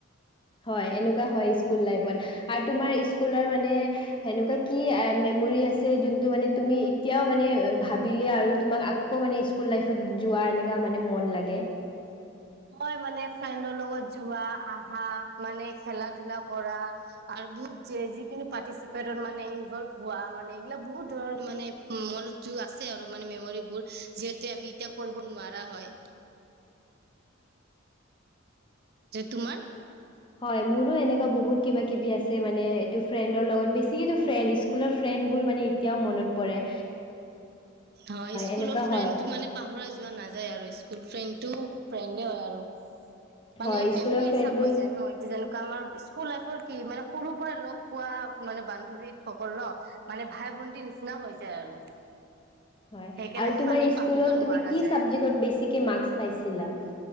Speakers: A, on the left; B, on the right.
A: হয় এনেকুৱা হয় স্কুল লাইফত আৰু তোমাৰ স্কুলৰ মানে সেনেকুৱা কি মেমৰি আছে যোনটো মানে তুমি এতিয়াও মানে ভাবিলে আৰু তোমাক আকৌ মানে স্কুল লাইফত যোৱা এনেকুৱা মানে মন লাগে।
B: হয় মানে ফ্ৰেণ্ডৰ লগত যোৱা আহা মানে খেলা ধলা কৰা। আৰু বহুত যে যিখিনি পাৰ্টিচিপেটত মানে ইনভলভ হোৱা মানে এইগিলাক বহুত ধৰৰ মানে মন টো আছে আৰু মানে মেমৰিবোৰ যিহেতু আমি এতিয়া কৰিব নোৱাৰা হয়। তোমাৰ?
A: হয়, মোৰো এনেকুৱা বহুত কিবা কিবি আছে মানে এইটো ফ্ৰেণ্ডৰ লগত বেছিকেটো ফ্ৰেণ্ড। স্কুলৰ ফ্ৰেণ্ডবোৰ মানে এতিয়াও মনত পৰে।
B: হয়, স্কুলৰ
A: এনেকুৱা
B: ফ্ৰেণ্ডটো
A: হয়।
B: মানে। পাহৰা যোৱা নাযায় আৰু স্কুল ফ্ৰেণ্ডেটো ফ্ৰেণ্ডে হয় আৰু। মানে
A: হয়,
B: ফেমেলি
A: স্কুলৰ ফ্ৰেণ্ডবোৰ
B: হিচাপ হৈ যায় ন, এইটো যেনেকুৱা আমাৰ স্কুল লাইফৰ কি মানে সৰুৰ পৰাই লগ পোৱা, মানে বান্ধৱীসকল ন। মানে ভাই ভন্টি নিচিনা হৈ যায় আৰু।
A: হয়,
B: সেইকাৰণে
A: আৰু
B: আমি
A: তোমাৰ
B: মানে
A: স্কুলত
B: পাহৰিব নোৱাৰা
A: তুমি কি
B: যায়
A: চাবজেক্ট
B: আৰু
A: ট বেছিকে মাৰ্কচ পাইছিলা?